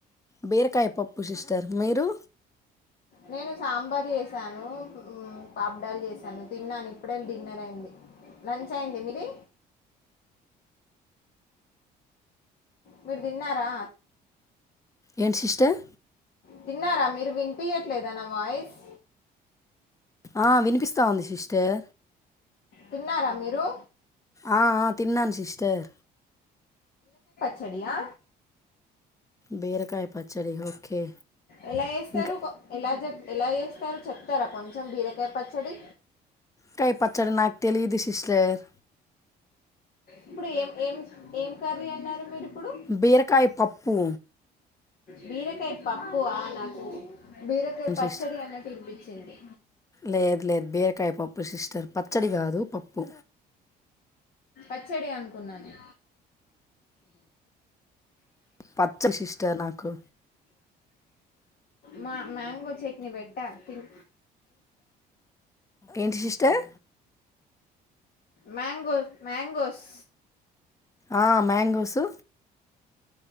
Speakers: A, on the left; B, on the left.
A: బీరకాయ పప్పు సిస్టర్ మీరు
B: నేను సాంబార్ చేసాను హ్మ్ పాప్ డాల్ చేసాను తిన్నాను ఇప్పుడే డిన్నర్ అయింది లంచ్ అయింది మీది మీరు తిన్నారా
A: ఏంటి సిస్టర్
B: తిన్నారా మీరు వినిపయట్లేదా నా వాయిస్
A: ఆ వినిపిస్తాంది సిట్టర్
B: తిన్నారా మీరు
A: ఆ ఆ తిన్నాన్ సిస్టర్
B: చడియా
A: బేరకాయ పచ్చడి ఓకే
B: ఎలా చేస్తారు
A: ఇంకా
B: కో ఎలా చెప్ ఎలా చేస్తారు చెప్తారా కొంచం బీరకాయ పచ్చడి
A: కాయ్ పచ్చడి నాకు తెలియదు సిస్టర్
B: ఇప్పుడు ఏం ఏం ఏం కర్రీ అన్నారు మీరు ఇప్పుడు
A: బీరకాయ పప్పు
B: బీరకాయ పప్పు ఆ నాకు బీరకాయ పచ్చడి
A: సిస్టర్
B: అన్నట్టు వినిపించింది
A: లేదు లేదు బీరకాయ పప్పు సిస్టర్ పచ్చడి కాదు పప్పు
B: పచ్చడి అనుకున్నాను
A: పచ్చడి సిస్టర్ నాకు
B: మా మ్యాంగో చట్నీ పెట్టా తిను
A: ఏంటి సిస్టర్
B: మ్యాంగో మ్యాంగోస్
A: ఆ మ్యాంగోసు